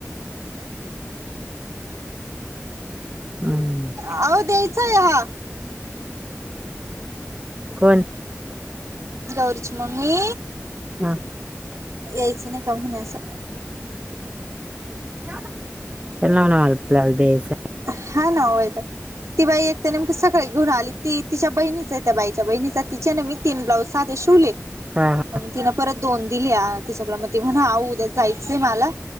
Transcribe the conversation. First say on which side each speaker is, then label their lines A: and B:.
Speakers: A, on the right (about 25°); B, on the right (about 75°).
A: हम्.
B: हो द्याचय हा.
A: कोण?
B: गौरीची मम्मी.
A: हा.
B: यायचं नाही का म्हणे असं.
A: त्यांना म्हणावं मला प्लॉट द्यायचंय.
B: हा ना व वैताग. ती बाई एक तर नेमकी सकाळी घेऊन आली. ती तिच्या बहिणीचा त्या बाईच्या बहिणीचा तिच्याने मी तीन ब्लाऊज साधे शिवले.
A: हा हा
B: मग तिन परत दोन दिले तिच्याकडे. मग त म्हण आवो उद्या जायचंय मला.